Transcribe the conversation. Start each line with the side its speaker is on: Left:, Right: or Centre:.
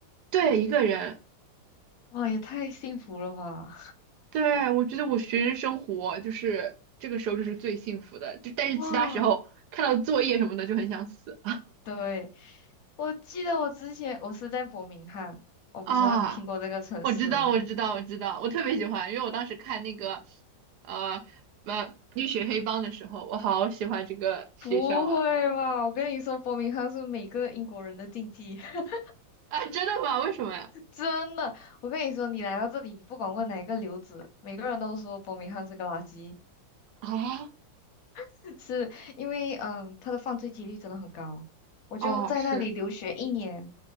Right: 对，一个人。
Left: 哇，也太幸福了吧！
Right: 对，我觉得我学生生活就是这个时候就是最幸福的，就但是其他时候看到作业什么的就很想死
Left: <laughs> 哇，对，我记得我之前我是在伯明翰，
Right: <laughs>
Left: 我不知道你听过这个城市吗？
Right: 啊！我知道，我知道，我知道，我特别喜欢，因为我当时看那个呃呃绿血黑帮的时候，我好喜欢这个学校啊
Left: 不会吧！我跟你说，伯明翰是每个英国人的禁忌，<laughs>
Right: 啊！真的吗？为什么呀？
Left: 真的。我跟你说，你来到这里，你不管问哪一个留子，每个人都说伯明翰是个垃圾，
Right: 啊
Left: <laughs> 是因为嗯，他的犯罪几率真的很高。我就在那里留学一年，
Right: 哦，是，